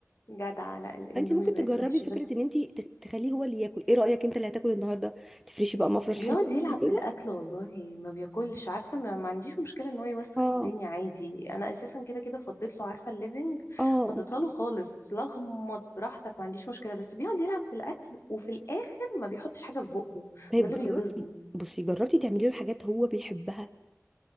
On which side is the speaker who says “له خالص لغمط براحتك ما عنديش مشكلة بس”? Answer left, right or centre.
Left